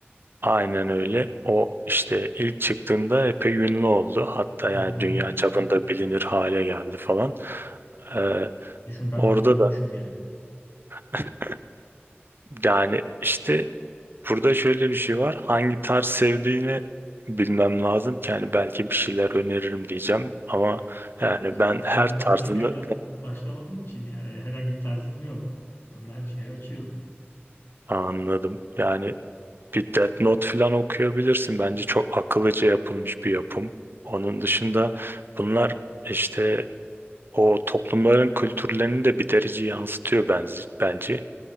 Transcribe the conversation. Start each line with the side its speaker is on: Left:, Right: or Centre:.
Right: Aynen öyle. O işte ilk çıktığında epey ünlü oldu. Hatta
Left: Hı
Right: yani
Left: hı.
Right: dünya çapında bilinir hale geldi falan. E,
Left: Düşün ben
Right: orada
Left: bile duymuşum
Right: da
Left: yani.
Right: <laughs> yani işte Burada şöyle bir şey var. Hangi tarz sevdiğini bilmem lazım ki yani belki bir şeyler öneririm diyeceğim ama yani
Left: İşte
Right: ben
Left: şu
Right: her
Left: anda
Right: tarzını
Left: daha hiçbir yerden başlamadığım için yani herhangi bir tarzım yok. Onda her şeye açığım.
Right: anladım. Yani bir Death Note falan okuyabilirsin. Bence çok akıllıca yapılmış bir yapım. Onun dışında bunlar işte o toplumların kültürlerini de bir derece yansıtıyor bence. bence.